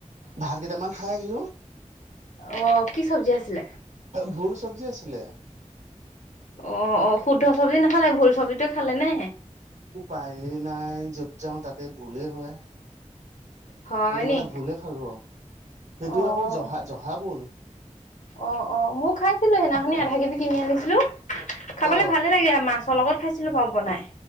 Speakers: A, on the right; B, on the left.
A: ভাত কেইটামান খাই আহিলোঁ।
B: অ কি চব্জি আছিলে?
A: ভোল চব্জি আছিলে।
B: অ অ শুদ্ধ চব্জি নাখালে, ভোল চব্জিটো খালে নে।
A: উপায় নাই য'ত যাওঁ তাতে ভুলে হয়।
B: হয়
A: সেইটো
B: নি?
A: কাৰণে ভোলে খালোঁ আৰু, সেইটো
B: অ'
A: আকৌ জহা জহা ভোল।
B: অ অ মইয়ো খাইছিলোঁ সেইদিনাখনি আধা কেজি কিনি আনিছিলোঁ, খাবলে
A: অ
B: ভালে লাগিলে মাছৰ লগত। খাইছিলোঁ বাৰু বনাই।